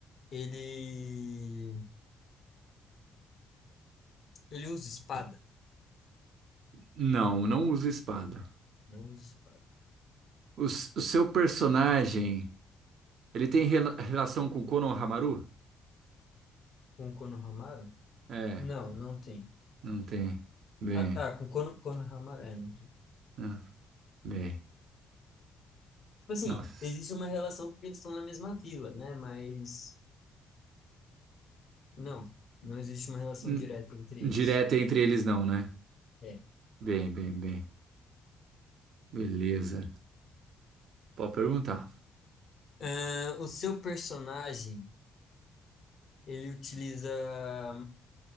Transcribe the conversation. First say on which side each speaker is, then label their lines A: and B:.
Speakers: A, on the left (about 55°); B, on the right (about 70°).
A: ele. Ele usa espada?
B: Não, não usa espada.
A: Não usa espada.
B: O, s- o seu personagem, ele tem rela- relação com Konohamaru?
A: Com o Konohamaru?
B: É,
A: Não, não tem.
B: não tem. Bem,
A: Ah, tá, com Kono- Konohamaru. É, não tem.
B: ah, bem.
A: Tipo assim,
B: Nossa.
A: existe uma relação porque eles estão na mesma vila, né? Mas não, não existe uma relação
B: Hum,
A: direta entre
B: Direta
A: eles.
B: entre eles não, né?
A: É.
B: Bem, bem, bem. Beleza. Pode perguntar.
A: Ah, o seu personagem, ele utiliza